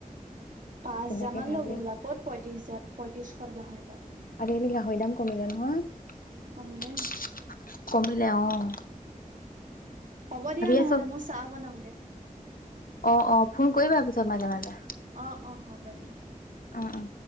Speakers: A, on the right; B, on the left.
A: পাঁচ
B: তেনেকে
A: হাজাৰ মান
B: ভাবি
A: ল'ব হ'বলা,
B: আছোঁ।
A: ক'ত পঁয়ত্ৰিশ হাজাত পঁয়ত্ৰিশত গাহৰি পায়।
B: আজিকালি গাহৰি দাম কমিলে নহয়,
A: কমিলে নি
B: কমিলে অঁ।
A: হ'ব দিয়া নহ'লে
B: আছো
A: মই চাহ বনাওঁগে।
B: অঁ অঁ ফোন কৰিবা পিছত মাজে-মাজে।
A: অঁ অঁ হ'ব দিয়া।
B: অঁ অঁ।